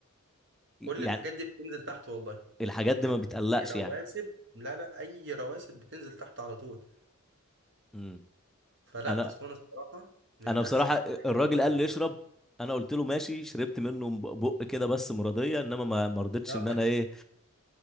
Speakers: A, on the right; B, in the centre.
A: كل
B: يعني
A: الحاجات دي بتنزل تحت والله
B: الحاجات دي
A: يعني
B: ما بتقلقش
A: اي رواسب
B: يعني
A: لا لا اي رواسب بتنزل تحت على طول
B: امم
A: فلا
B: انا
A: اسوان الصراحه من
B: انا بصراحه
A: احسن الاماكن
B: الراجل
A: اللي انا
B: قال
A: رحتها
B: لي اشرب انا قلت له ماشي شربت منه بق كده بس مرضيه انما ما ما رضيتش
A: لا
B: ان انا ايه